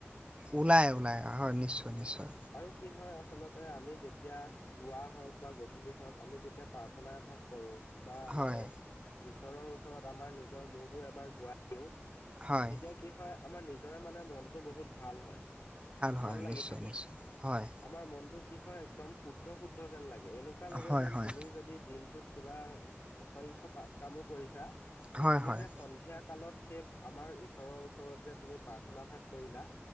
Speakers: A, on the right; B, on the left.
A: ওলাই ওলাই হয়, নিশ্চয়
B: হয়।
A: নিশ্চয়।
B: আৰু কি হয় আচলতে, আমি যেতিয়া পুৱা হওক বা গধূলি হওঁক, আমি যেতিয়া প্ৰাৰ্থনা এভাগ কৰো বা আমাৰ
A: হয়
B: ঈশ্বৰৰ ওচৰত আমাৰ নিজৰ মূৰতো এবাৰ দুৱাই দিওঁ।
A: হয়
B: তেতিয়া কি হয়? আমাৰ নিজৰে মানে মনটো বহুত ভাল হয়। ভাল
A: হয়
B: লাগি
A: নিশ্চয়
B: থাকে।
A: নিশ্চয় হয়
B: আমাৰ মনটো কি হয়? একদম শুদ্ধ শুদ্ধ যেন লাগে, এনেকুৱা লাগে
A: হয়
B: যেন
A: হয়
B: তুমি যদি দিনটোত কিবা অসংখ্য পাপ কামো কৰিছা,
A: হয়
B: তুমি
A: হয়
B: যে সন্ধিয়া কালত সেই আমাৰ ঈশ্বৰৰ ওচৰত যে তুমি প্ৰাৰ্থনা ভাগ কৰিলা